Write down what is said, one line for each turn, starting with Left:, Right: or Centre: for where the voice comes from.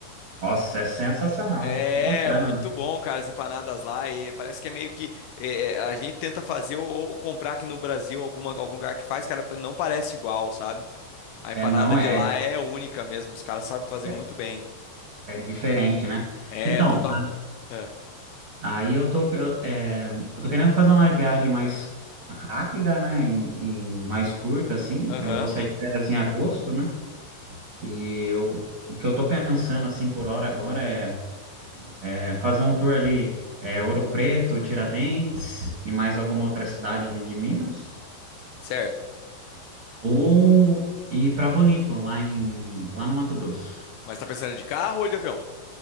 Right: Nossa, é sensacional,
Left: É,
Right: que bacana.
Left: muito bom, cara, as empanadas lá. E parece que é meio que é, é, a gente tenta fazer ou, ou comprar aqui no Brasil alguma, algum lugar que faz, cara, não parece igual, sabe? A
Right: É,
Left: empanada
Right: não é,
Left: de lá é única mesmo, os caras sabem fazer
Right: é,
Left: muito bem.
Right: é diferente, né?
Left: É,
Right: Então,
Left: total. é,
Right: a- aí eu tô, eu, é, eu tô querendo fazer uma viagem mais rápida, né? E, e mais curta, assim.
Left: Aham,
Right: Eu vou sair de férias em agosto, né? E eu, o que eu tô pensando, assim, por hora agora é, é fazer um tour ali, é, Ouro Preto, Tiradentes e mais alguma outra cidade ali de Minas.
Left: certo.
Right: Ou ir pra Bonito, lá em, lá no Mato Grosso.
Left: Mas tá pensando de carro ou de avião?